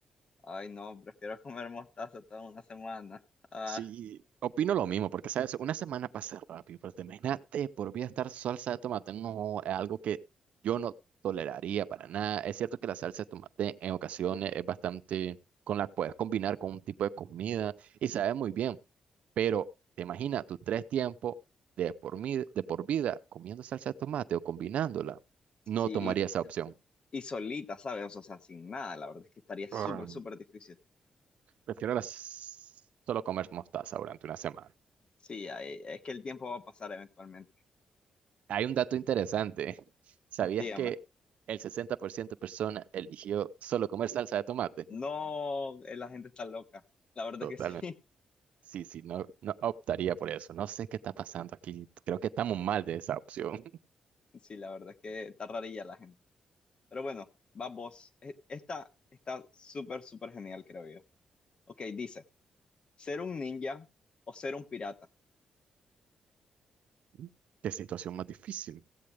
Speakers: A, on the left; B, on the right.
A: Ay, no, prefiero comer mostaza toda una semana. Ah,
B: Sí, opino lo mismo, porque sabes, una semana pasa rápido, pero te imagínate por vida estar salsa de tomate, no, es algo que yo no toleraría para nada. Es cierto que la salsa de tomate en ocasiones es bastante, con la puedes combinar con un tipo de comida y sabe muy bien, pero te imaginas tus tres tiempos de por mi- de por vida comiendo salsa de tomate o combinándola,
A: sí,
B: no tomaría esa opción.
A: Y solita, ¿sabes? O sea, sin nada, la verdad es que estaría súper,
B: Mm,
A: súper difícil.
B: Prefiero las- solo comer mostaza durante una semana.
A: Sí, ahí- es que el tiempo va a pasar eventualmente.
B: Hay un dato interesante. ¿Sabías
A: Dígame.
B: que el 60% de personas eligió solo comer salsa de tomate?
A: No, eh, la gente está loca. La verdad
B: Totalmente.
A: es que sí. <laughs>
B: Sí, sí, no, no optaría por eso. No sé qué está pasando aquí. Creo que estamos mal de esa opción.
A: Sí, la verdad es que está rarilla la gente. Pero bueno, va vos. E- Esta está súper, súper genial, creo yo. Ok, dice, ¿ser un ninja o ser un pirata?
B: <laughs> Qué situación más difícil,